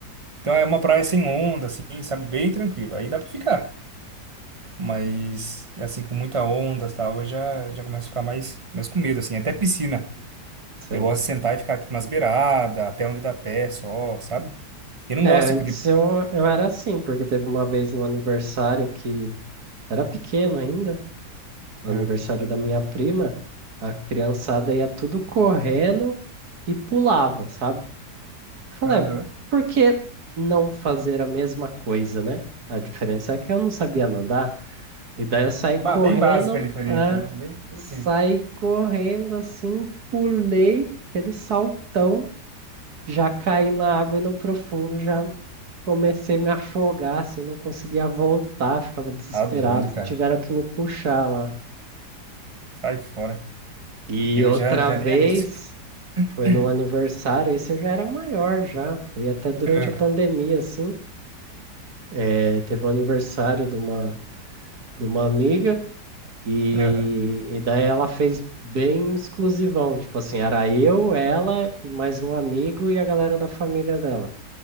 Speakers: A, on the right; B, on the right.
A: Então é uma praia sem onda, assim, sabe? Bem tranquilo. Aí dá pra ficar. Mas, assim, com muita onda e tal, eu já, já começo a ficar mais, mais com medo, assim. Até piscina.
B: sim.
A: Eu gosto de sentar e ficar, tipo, nas beiradas, até onde dá pé só, sabe? Eu não
B: É,
A: gosto,
B: antes
A: tipo, de...
B: eu, eu era assim, porque teve uma vez no aniversário que era pequeno ainda, no
A: É.
B: aniversário da minha prima, a criançada ia tudo correndo e pulava, sabe? Eu Falei,
A: Aham.
B: "É, por que não fazer a mesma coisa, né? A diferença é que eu não sabia nadar, e daí eu saí
A: Ba-
B: correndo,
A: Bem básica a diferença,
B: ah,
A: né? Bem, bem
B: saí
A: simples.
B: correndo assim, pulei aquele saltão, já caí na água e no profundo, já comecei a me afogar, assim, não conseguia voltar, ficava desesperado,
A: Tá doido, cara.
B: tiveram que me puxar lá.
A: Sai fora.
B: E
A: Eu
B: outra
A: já, já
B: vez,
A: nem arrisco.
B: foi
A: <clears throat>
B: num aniversário, esse eu já era maior já, foi até durante
A: É.
B: a pandemia, assim. É, teve o aniversário de uma, de uma amiga e,
A: Aham.
B: e daí ela fez bem exclusivão. Tipo assim, era eu, ela, e mais um amigo e a galera da família dela.